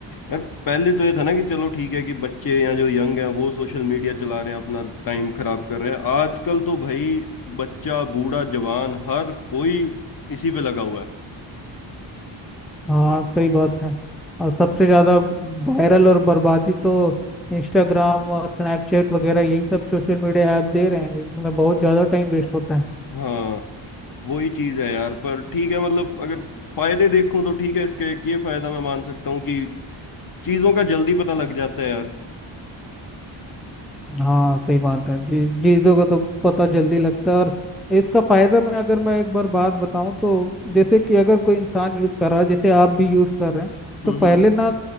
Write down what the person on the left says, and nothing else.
यार पहले तो ये था ना कि चलो ठीक है कि बच्चे या जो यंग हैं वो सोशल मीडिया चला रहे हैं अपना टाइम खराब कर रहे हैं आजकल तो भाई बच्चा बूढ़ा जवान हर कोई इसी पे लगा हुआ है
हाँ वही चीज है यार पर ठीक है मतलब अगर फायदे देखूं तो ठीक है इसके एक ये फायदा मैं मान सकता हूँ कि चीजों का जल्दी पता लग जाता है यार
हम्म
हम्म